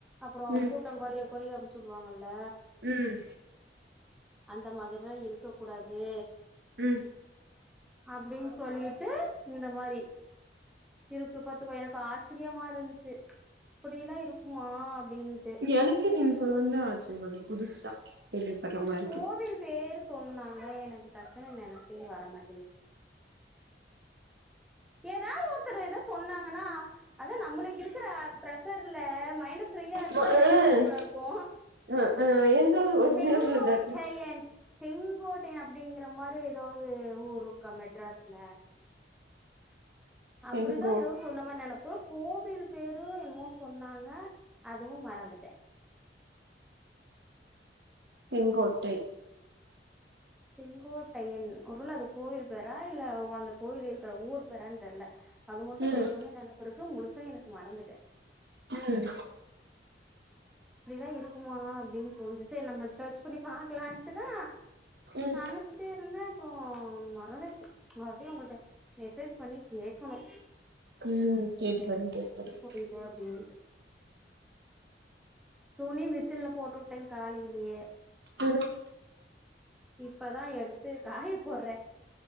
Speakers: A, in the centre; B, on the right (about 65°).
A: அப்பறோ
B: ம்
A: கூட்ட கொறைய கொறைய அம்ச்சு உடுவாங்கல்ல
B: ம்
A: அந்த மாதிர்ஆ இருக்க கூடாது
B: ம்
A: அப்டின் சொல்லிட்டு இந்த மாரி இருக்கு பாத்துக்கோ எனக்கு ஆச்சரியமா இருந்ச்சு இப்புடிலா இருக்குமா அப்டின்ட்டு
B: எனக்கு நீ சொல்ல வந்த ஆச்சரியமா புதுசா கேள்விப்படுற மாரிருக்குது
A: கோவில் பேரு சொன்னாங்க எனக்கு டக்குன்னு நெனப்பே வரமாட்டேங்குது எதாவது ஒருத்தர் எதா சொன்னாங்கன்னா அதா நம்மளுக்கு இருக்குற பிரசர்ல மைன்டு ஃப் ப்ரியா இருந்தா
B: ம ஆ
A: எல்லா நெனப்புல இருக்கு
B: ஆ ஆ ஏதாவது ஒரு
A: செங்கோட்டையன்
B: நினைவுல இருந்தாச்சு
A: செங்கோட்டையன் அப்டிங்கற மாரி ஏதாவொது ஊர் ருக்கா மெட்ராஸ்ல அப்புடிதா
B: செங்கோ
A: எதோஸ் சொன்ன மார் நெனப்பு கோவில் பேரு என்னமோ சொன்னாங்க அதுவு மறந்துட்டே
B: செங்கோட்டை
A: செங்கோட்டையன் ஒரு வேள அது கோயில் பேரா இல்ல அந்த கோயில் இருக்கிற ஊர் பேரான் தெர்ல அது மட்டும்
B: ம்
A: கொஞ்ச கொஞ்சம் நெனப்பு இருக்கு முழுசா எனக்கு மறந்துட்டெ
B: ம்
A: அப்டிலா இருக்குமா அப்டின்னு தோண்ணுச்சு செரி நம்ம சர்ச் பண்ணி பாக்கலாம்ன்டுதா
B: ம்
A: நானு பாத்துட்டே இருந்தே அப்பற மறந்துச்சு மறுபடியு அவங்களிட்ட மெசேஜ் பண்ணி கேக்கணு
B: ம் கேட்டு பாருங்க கேட்டு பாருங்க
A: தெரியல அப்டின்ட்டு துணி மிஷின்ல போட்டு வுட்டே காலையிலயே
B: <unintelligible>
A: இப்பதா எடுத்து காய போட்றெ